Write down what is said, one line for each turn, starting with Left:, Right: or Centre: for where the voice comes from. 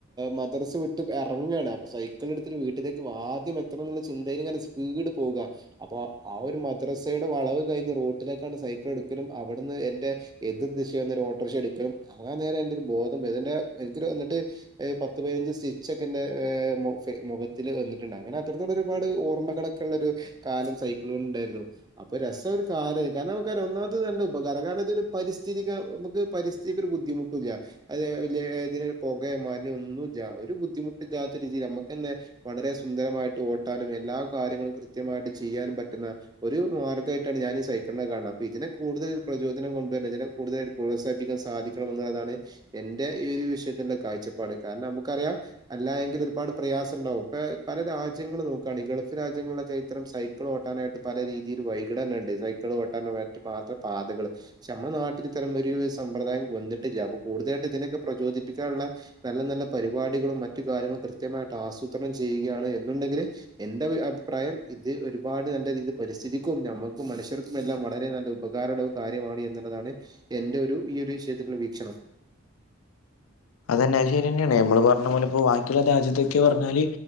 Right: മദ്രസ് വിട്ട് ഇറങ്ങയാണ് അപ്പൊ സൈക്കിൾ എടുത്തി- വീട്ടിലേക്ക് ആദ്യം എത്തണം എന്ന ചിന്തയിലിങ്ങനെ സ്പീഡ് പോകുക അപ്പൊ ആ ഒരു മദ്രസയുടെ വളവ്- കഴിഞ്ഞ റോട്ടിലേക്കാണ് സൈക്കിൾ എടുക്കലും അവിടുന്ന് എന്റെ എതീർ ദിശന്ന് ഒരു ഓട്ടോറിക്ഷ എടുക്കലും- അങ്ങന നേരെ എന്റെ ഒരു ബോധം പോയി ന്റെ എനിക്കരു എന്നിട്ട് പത്ത് പതിനഞ്ച് സ്റ്റിച്ച് ഒക്കെ എന്റെ മോ ഫെയ്- മുഖത്തില് വന്നിട്ടുണ്ട് അങ്ങനെ അത്രത്തോളം ഒരുപാട് ഓർമ്മകാളെക്കെയുള്ളഒരു കാലം സൈക്കിൾ കൊണ്ട് ഉണ്ടായിരുന്നു അപ്പാ- രസ ഒരു കാര് കാരണം നമുക്കറിയാം ഒന്നമത് നല്ല ഉപകാരം കാരണം ഇതൊരു പരിസ്ഥിതി നമുക്ക് പരിസ്ഥി- ഒരു ബുദ്ധിമുട്ടില്ല അ ലെ ലെ പൊകയെ മണോ ഒന്നുല്ലഒരു ബുദ്ധിമുട്ടുല്ലാത്ത രീതിൽ- ക്ക്ന്നെ വളരെ സുന്ദരമായിട്ട് ഓട്ടാനും എല്ലാ കാര്യങ്ങളും കൃത്യമായിട്ട് ചെയ്യൻ പറ്റുന്ന ഒരു- മാർഗമായിട്ടാണ് ഞാനീ സൈക്കിളിനെ കാണെ അപ്പ ഇതിനെ കൂടുതൽ പ്രചോദനംണ്ടുവന്ന ഇതിനെ കൂടുതലായി പ്രോത്സാഹിപ്പിക്കാൻ സാധി- ക്കണംന്ന്ള്ളതാണ് എന്റെ ഈ ഒരു വിഷയത്തിലുള്ള കാഴ്ചപ്പാട് കാരണം നമുക്കറിയാം അല്ല എങ്കിൽ ഒരുപാട് പ്രയാ ഗ്യാസൊണ്ടാവും ഇപ്പ പല രാജ്യങ്ങള് നോക്കാണെ ഗൾഫ് രാജ്യങ്ങളൊക്കെ ഇത്തരം സൈക്കിൾ ഓട്ടാനായിട്ട് പല രീതില് <unintelligible> ഇണ്ട് സൈക്കിള് ഓട്ടാൻ വേണ്ടി മാത്ര പാതകള് പഷേ അമ്മളെ നാട്ടിൽ ഇത്തരം ഒരു സമ്പ്രദായം വന്നിട്ടില്ല അപ്പോ കൂടുതലായിട്ട് ഇതിനൊക്കെ പ്രചോദിപ്പിക്കാനുള്ള നല്ല നല്ല പരിപാടികളും മറ്റു കാര്യങ്ങളും കൃത്യമായി ട്ടാസൂത്രണം ചെയ്യുകയാണ് എന്നുണ്ടെങ്കിൽ എന്റെ അഭിപ്രായം ഇത് ഒരുപാട് നല്ല രീതി പരിസ്ഥിതി ക്കും ഞമ്മക്കും മനുഷ്യർക്കും എല്ലാം വളരെ നല്ല ഉപകാരമുള്ള കാര്യമാണ് എന്നിള്ളതാണ് എന്റെ ഒരു ഈ ഒരു വിഷയത്തി ത്തിൽ വീക്ഷണം.
Left: തന്നെ അത് ശെരിയാനെയാണ് ഞമ്മള് പറഞ്ഞപോലെ ഇപ്പോൾബാക്കിയുള്ള രാജ്യത്തൊക്കെ പറഞ്ഞാല്